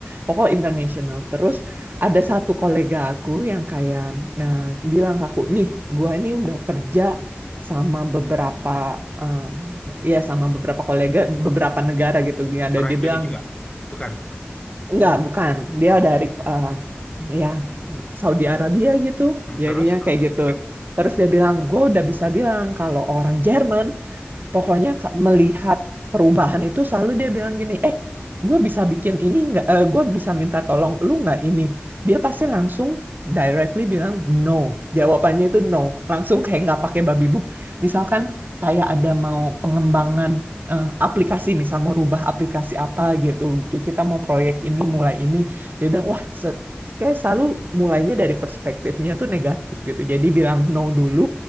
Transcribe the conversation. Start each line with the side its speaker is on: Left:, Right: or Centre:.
Right: pokoknya international. Terus ada satu kolega aku yang kayak eh, bilang ke aku, nih, gua ini udah kerja sama beberapa eh, ya sama beberapa kolega beberapa negara gitu. Dia ada
Left: Orang
Right: dia
Left: Indonesia
Right: bilang
Left: juga. Bukan.
Right: Enggak, bukan. Dia
Left: Oke.
Right: dari eh, ya Saudi Arabia gitu.
Left: Hmm,
Right: Jadinya
Left: terus terus
Right: kayak gitu. Terus dia bilang, gue udah bisa bilang kalau orang Jerman Pokoknya ka- melihat perubahan itu selalu dia bilang gini, eh, gue bisa bikin ini nggak? Eh, gue bisa minta tolong lu nggak ini? Dia pasti langsung directly bilang no. Jawabannya itu no. Langsung kayak nggak pakai babi bup. Misalkan kayak ada mau pengembangan eh, aplikasi, misal mau rubah aplikasi apa gitu. Ki- Kita mau proyek ini, mulai ini. Dia bilang, wah, se- kayak selalu mulainya dari perspektifnya tuh negatif gitu. Jadi bilang no dulu,